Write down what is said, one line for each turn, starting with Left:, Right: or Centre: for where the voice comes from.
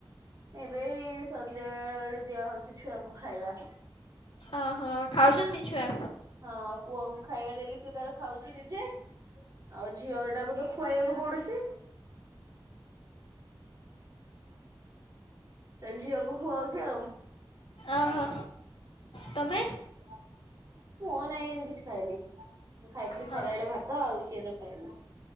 Right: ଏବେ ଏଇ ସଞ୍ଜବେଳେ ଦିଆ ହଉଛି ଛୁଆଙ୍କୁ ଖାଇବା।
Left: ଅ ହଁ ଖାଉଛନ୍ତି ଛୁଆ?
Right: ହଁ ପୁଅ କୁ ଖାଇବା ଦେଲି ସେ ତାର ଖାଉଛି ନିଜେ ଆଉ ଝିଅ ଟାକୁ ତ ଖୁଆଇବାକୁ ପଡୁଛି। ସେ ଝିଅକୁ ଖୁଆଉଛି ଆଉ।
Left: ଓହୋ
Right: <inaudible>
Left: ତମେ?
Right: ମୁଁ ନାଇଁ ଏନୁ କିଛି ଖାଇନି। ମୁ ଖାଇଥିଲି
Left: ହଁ
Right: ଖରାବେଳେ ଭାତ ଆଉ କିସି ଏନେ ଖାଇନି।